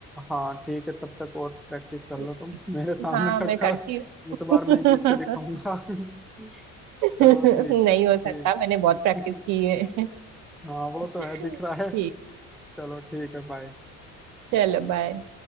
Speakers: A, in the centre; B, on the right.
A: हाँ ठीक है तब तक और प्रैक्टिस कर लो
B: हैं
A: तुम मेरे सामने
B: हाँ मैं
A: टक्कर
B: करती हूँ
A: इस बार
B: <laughs>
A: मैं ही जीत के दिखाऊंगा <laughs> चलो
B: नहीं
A: ठीक
B: हो सकता
A: ठीक
B: मैंने बहुत प्रैक्टिस की है
A: <laughs> हाँ वो तो
B: <laughs>
A: है दिख रहा है
B: ठीक
A: चलो ठीक है बाय
B: चलो बाय